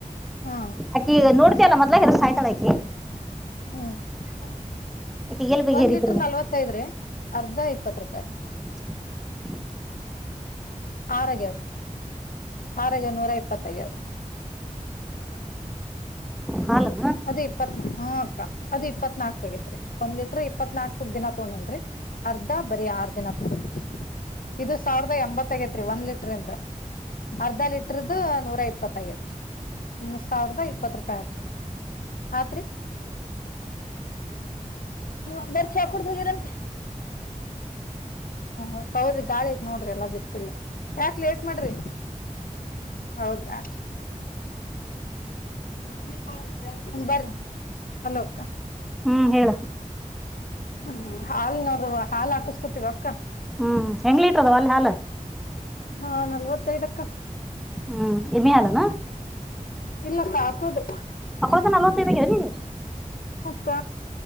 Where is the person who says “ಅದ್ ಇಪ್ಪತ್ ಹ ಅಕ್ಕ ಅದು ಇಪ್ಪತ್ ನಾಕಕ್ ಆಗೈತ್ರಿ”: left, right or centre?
Left